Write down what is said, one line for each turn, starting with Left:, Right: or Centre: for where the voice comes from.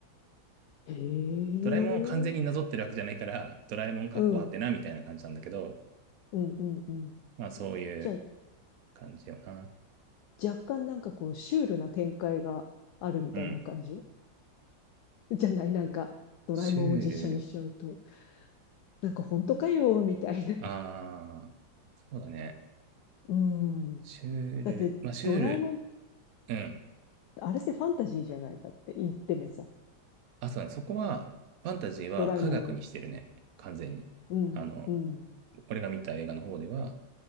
Left: へえ。
Right: ドラえもんを完全になぞってるわけじゃないから、ドラえもんかっこはてなみたいな感じなんだけど、
Left: うん、うん、うん、うん。
Right: まあそういう
Left: じゃあ、
Right: 感じよな。
Left: 若干なんかこう、シュールな展開があるみたいな感じ
Right: うん。
Left: <laughs> じゃないなんか、ドラえもんを実写にしちゃうと。
Right: シュール、
Left: なんか本当かよ、みたいな。
Right: ああ、そうだね。
Left: <laughs> うん。
Right: シュール、
Left: だって、
Right: まあシュール、
Left: ドラえもん、
Right: うん。
Left: あれってファンタジーじゃないだって言ってもさ、
Right: あ、そうだね。そこは、ファンタジーは科学にしてるね。
Left: ドラえもんは。
Right: 完全に。
Left: うん、
Right: あの、
Left: うん。
Right: 俺が見た映画の方では、